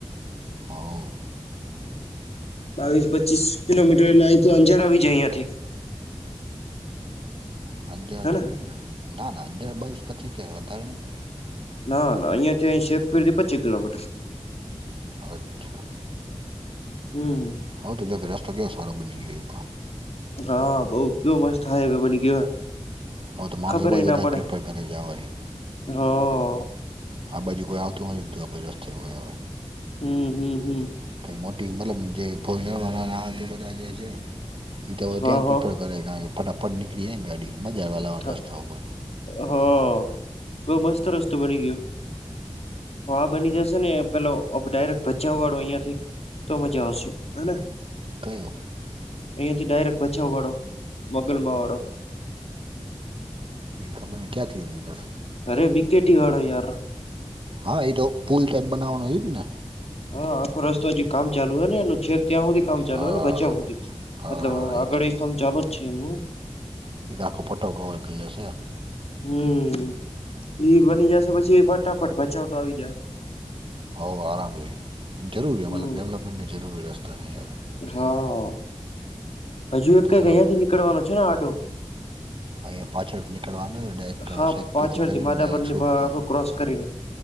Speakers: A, on the right; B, on the left.
A: હવ.
B: બાવીસ પચીસ કિલોમીટર એટલે અઈથી અંજાર આવી જાય અહંથી.
A: હજાર
B: હેને
A: તો નહીં ને? ના ના હજયાર બાવીસ પછી ક્યાંય વધારે નહિં.
B: ના ના અહીયાંથી અ શેપીર પચી કિલોમીટર.
A: અચ્છા.
B: હમ્મ.
A: હવથી તોજો રસ્તો કિયો સારો બની ગયો ઈ કો.
B: હા બઉ કેયો મસ્ત હાઈવે બની ગયો.
A: હવ તો માણું
B: ખબર
A: એ બાજુ
B: ય ના
A: વધારે
B: પડે
A: પ્રિપર કરી જા વરી.
B: હા.
A: આ બાજુ કોઈ આવતું નથી દીધું રસ્તે કોઈ હવે.
B: હમ્મ, હમ્મ, હમ્મ.
A: કે મોટી મતલબ જે કોઇન આ બધા જે છે એ તો
B: હા
A: ત્યાં જ પીપ ફટાફટ નીકળી જાય ન ગાડી મજા આવેલા
B: હા
A: રસ્તા ઉપર.
B: હા, બઉ મસ્ત રસ્તો બની ગ્યો. આ બની જશે ને પેલો ડાયરેક્ટ ભચાવ વાળો અહિયાં થી તો મજા આવશે, હને?
A: કયો?
B: અહિયા થી ડાયરેક્ટ બચાવ વાળો, વગલ માં વાળો.
A: ઈ ખબર ની ક્યાં થી નીકળસ.
B: અરે બિ કે ટી વાળો યાર.
A: હા એ તો પુલ ટાઈપ બનાવાનું એજ ને?
B: હા આખો રસ્તો હજી કામ ચાલુ હે ને એનું છેક ત્યાં હુધી કામ ચાલુ
A: હા
B: હે ને બચાવ સુધી
A: હા
B: મતલબ
A: હા
B: આગળ
A: તો છે
B: એ કામ ચાલુ જ છે એનું.
A: એ તો આખો પટો કવર કર લેશે.
B: હમ્મ, ઈ બની જશે પછી ફટાફટ ભચાઉ તો આવી જાશે.
A: હોવ આરામ લે, જરૂરી હે
B: હમ
A: મતલબ ડેવલપમેન્ટની જરૂરી હે રસ્તા ની યાર.
B: હા હજુ એક
A: તો
B: કઈક
A: મતલબ
B: અહિયા થી નીકળવાનો છે ને આડો?
A: અહીંયા પાછળથી નીકળવાનું ડાયરેક્ટ
B: હા
A: શેક
B: પાછળથી
A: પેથી કરીને
B: માધાપરની
A: ડાયરેક્ટ સુખપર.
B: આખું ક્રોસ કરીને